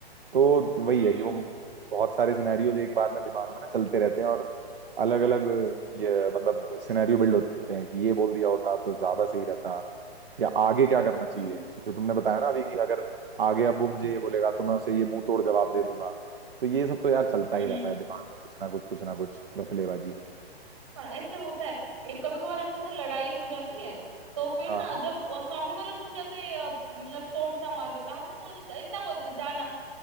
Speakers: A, on the right; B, on the right.
A: तो वही
B: हम्म
A: है कि
B: हम्म
A: वो बहुत सारे सिनेरियोज एक बार में दिमाग में ना चलते रहते हैं और अलग अलग ये मतलब सिनेरियो बिल्ड होते रहते हैं कि ये बोल दिया होता तो ज्यादा सही रहता या आगे क्या करना चाहिए
B: हम्म
A: जो तुमने बताया ना अभी कि अगर आगे अब वो मुझे ये बोलेगा तो मैं उसे ये मुंह तोड़ जवाब दे दूंगा तो ये सब तो यार चलता ही
B: हम्म,
A: रहता
B: हम्म, हम्म,
A: है दिमाग में कुछ ना कुछ कुछ ना कुछ घपलेबाजी
B: हाँ ऐसे होता है एक कभी कभार ऐसा होता है लड़ाई हो जाती है तो फिर
A: हाँ
B: ना जब वो सामने वाला कुछ ऐसे अ, मतलब टोंट सा मार देता है, हम ना बोलते इतना बोल देते जाना